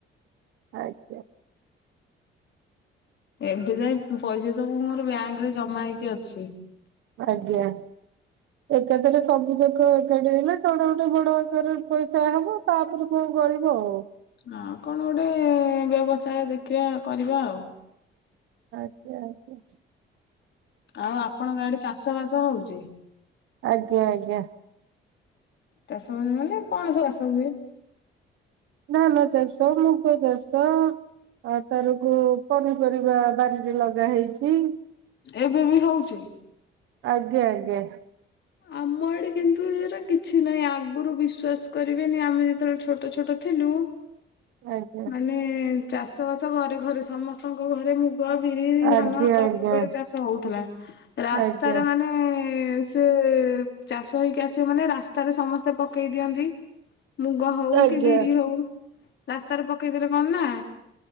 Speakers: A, on the right (about 80°); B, on the left (about 65°).
A: ଆ <unintelligible>
B: ଏମିତି ଯେ ପଇସା ସବୁ ମୋର ବ୍ୟାଙ୍କରେ ଜମା ହେଇକି ଅଛି
A: ଆଜ୍ଞା ଏକାଥରେ ସବୁ ଯାକ ଏକାଠି ହେଲେ ତଡେ ଗୋଟେ ବଡ ଏକରେ ପଇସା ହବ ତାପରେ କୋଉ ଗରିବ ଆଉ
B: ହଁ ଆଉ କଣ ଗୋଟେ ବ୍ୟବସାୟ ଦେଖିବା କରିବା ଆଉ
A: ଆଜ୍ଞା ଆଜ୍ଞା
B: ଆଉ ଆପଣଙ୍କ ଏଠି ଚାଷ ବାସ ହଉଛି?
A: ଆଜ୍ଞା ଆଜ୍ଞା
B: ଚାଷ ମାନ ନାନଲେ କଣ ସବୁ ଚାଷ ହୁଏ?
A: ଧାନ ଚାଷ ମୁଗ ଚାଷ ଆଉ ତାରକୁ ପନିପରିବା ବାରିରେ ଲଗା ହେଇଛି
B: ଏବେ ବି ହଉଛି
A: ଆଜ୍ଞା ଆଜ୍ଞା
B: ଆମ ଆଡେ କିନ୍ତୁ ଏରା କିଛି ନାହିଁ ଆଗରୁ ବିଶ୍ଵାସ କରିବେନି ଆମେ ଯେତେବେଳେ ଛୋଟ ଛୋଟ ଥିଲୁ
A: ଆଜ୍ଞା
B: ମାନେ ଚାଷ ବାସ ଘରେ ଘରେ ସମସ୍ତଙ୍କ ଘରେ ମୁ ଗ ବିରି ଧାନ
A: ଆଜ୍ଞା
B: ସବୁବେଳେ
A: ଆଜ୍ଞା ଆଜ୍ଞା
B: ଚାଷ ହଉଥିଲା ରାସ୍ତାରେ
A: ଆଜ୍ଞା।
B: ମାନେ ସେ ଚାଷ ହେଇକି ଆସିବେ ମାନେ ରାସ୍ତାରେ ସମସ୍ତେ ପକେଇ ଦିଅନ୍ତି। ମୁଗ ହଉ
A: ଆଜ୍ଞା
B: କି ବିରି ହଉ ରାସ୍ତାରେ ପକେଇଥିଲେ କଣ ନା